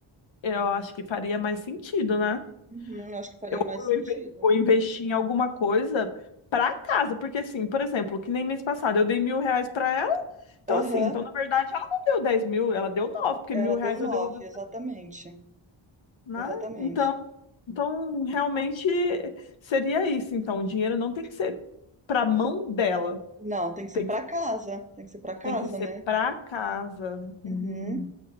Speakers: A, on the left (about 65°); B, on the right (about 15°).
A: Eu acho que faria mais sentido, né?
B: Uhum, eu acho que faria
A: Eu
B: mais
A: vou
B: sentido.
A: inve- vou investir em alguma coisa para casa, porque assim, por exemplo, que nem mês passado eu dei mil reais para ela, então
B: Aham.
A: assim, então na verdade ela não deu dez mil, ela deu nove, porque
B: Ela
A: mil reais
B: deu 9,
A: eu devolvi,
B: exatamente,
A: né?
B: exatamente.
A: Então, então realmente seria isso. Então, o dinheiro não tem que ser para mão dela,
B: Não, tem que ser
A: tem
B: para
A: que,
B: casa, tem que ser para casa,
A: tem que ser
B: né.
A: para casa. Hum.
B: Uhum.